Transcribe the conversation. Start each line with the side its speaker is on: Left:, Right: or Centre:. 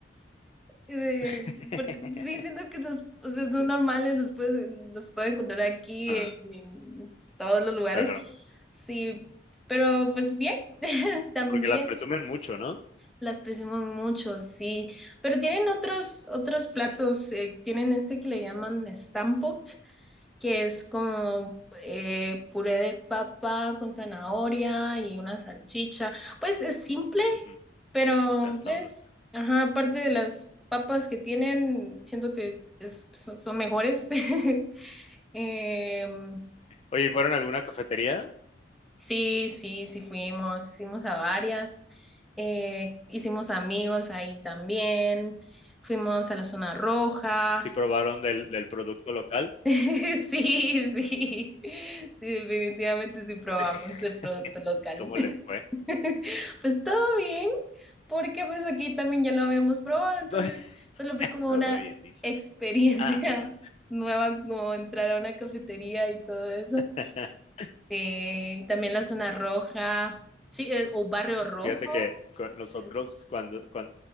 Centre: Eh,
Left: <laughs>
Centre: porque sí, siento que los, o sea, son normales, los puedes- los puedo encontrar aquí
Left: Ah,
Centre: en, en todos los lugares.
Left: claro.
Centre: Sí, pero pues bien, <laughs> también
Left: Porque las presumen mucho, ¿no?
Centre: las presumen mucho, sí. Pero tienen otros, otros
Left: Sí,
Centre: platos, eh, tienen este que le llaman stampot, que es como eh, puré de papa con zanahoria y una salchicha. Pues es simple
Left: ujú,
Centre: pero,
Left: ah, está
Centre: pues,
Left: bueno, sí.
Centre: ajá, aparte de las papas que tienen, siento que es- son, son mejores. <laughs> Em,
Left: Oye, ¿y fueron a alguna cafetería?
Centre: sí, sí, sí fuimos, fuimos a varias. Eh, hicimos amigos ahí también. Fuimos a la zona roja.
Left: ¿Sí probaron del del producto local?
Centre: <laughs> Sí, sí, sí, definitivamente sí probamos
Left: <laughs> Sí,
Centre: el producto local.
Left: ¿cómo
Centre: <laughs>
Left: les fue?
Centre: Pues todo bien, porque pues aquí también ya lo habíamos probado, entonces
Left: Todo
Centre: solo fue como
Left: todo
Centre: una
Left: bien, dice.
Centre: experiencia
Left: Ah, bueno.
Centre: <laughs> nueva, como entrar a una cafetería y todo eso.
Left: <laughs>
Centre: Eh, también la zona roja, sí, eh, o barrio rojo.
Left: Fíjate que con nosotros
Centre: Sí.
Left: cuando cuan